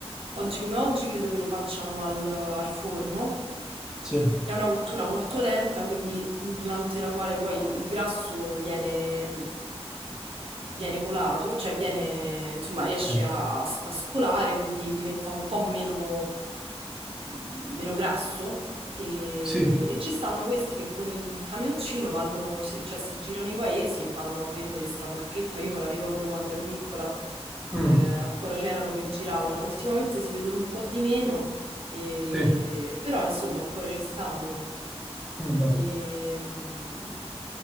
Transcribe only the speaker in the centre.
sì,
sì,
sì,
mm,
sì,
mm, bello.